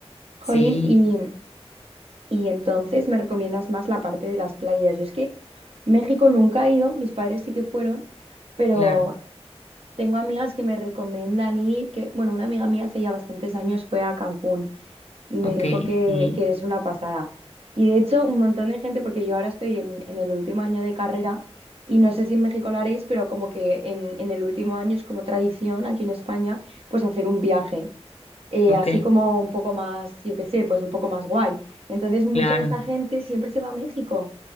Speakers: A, on the right; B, on the left.
A: Jolín,
B: Sí,
A: y, Y entonces me recomiendas más la parte de las playas. Yo es que México nunca he ido, mis padres sí que fueron, pero
B: claro.
A: tengo amigas que me recomiendan ir, que, bueno, una amiga mía hace ya bastantes años fue a Cancún y me
B: Ok,
A: dijo que,
B: sí,
A: que es una pasada. Y de hecho, un montón de gente, porque yo ahora estoy en, en el último año de carrera y no sé si en México lo haréis, pero como que en, en el último año es como tradición aquí en España, pues hacer un viaje eh,
B: ok,
A: así como un poco más, yo qué sé, pues un poco más guay. Entonces, mucha
B: claro.
A: de esta gente siempre se va a México